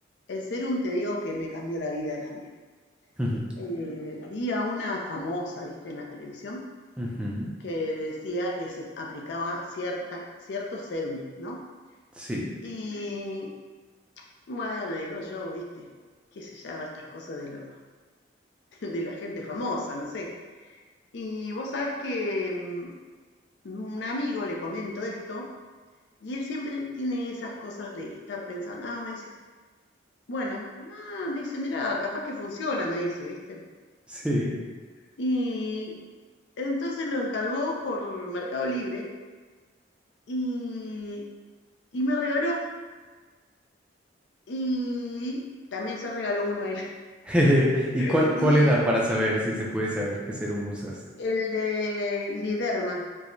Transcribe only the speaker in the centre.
<laughs> ujú,
ujú.
Sí,
sí.
<laughs> ¿Y
cuál, cuál
era para saber si se puede saber qué ser musas?